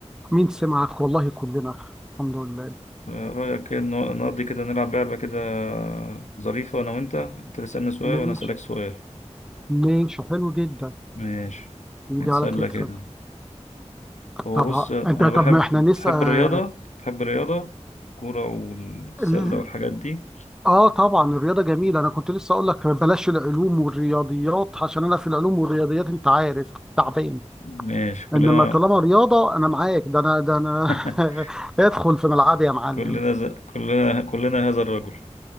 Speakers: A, in the centre; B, on the left.
A: مين سمعك والله كلنا الحمد لله
B: رأيك إيه ن- نقضي كده نلعب لعبة كده ظريفة أنا وأنت أنت تسألني سؤال
A: ماشي
B: وأنا أسألك سؤال
A: ماشي حلو جدا
B: ماشي
A: يجي
B: نتسلى
A: على كتفك
B: كده هو
A: طب
B: بص
A: ها.
B: أنا
A: انت طب
B: بحب
A: ما احنا نسأل
B: تحب الرياضة تحب الرياضة كورة والسلة
A: ال-
B: والحاجات دي
A: اه طبعا الرياضه جميله انا كنت لسه اقول لك بلاش العلوم والرياضيات عشان انا في العلوم والرياضيات انت عارف تعبان
B: ماشي كلنا
A: انما طالما رياضه انا معاك ده انا ده انا
B: <laughs>
A: <laughs> ادخل في ملعبي يا معلم
B: كلنا ز... كلنا كلنا هذا الرجل